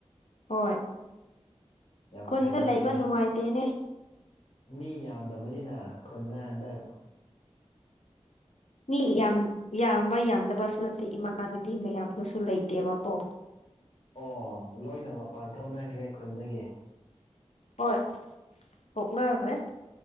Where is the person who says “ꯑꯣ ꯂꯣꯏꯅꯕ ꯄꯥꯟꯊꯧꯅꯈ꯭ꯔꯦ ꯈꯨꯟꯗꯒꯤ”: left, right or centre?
Left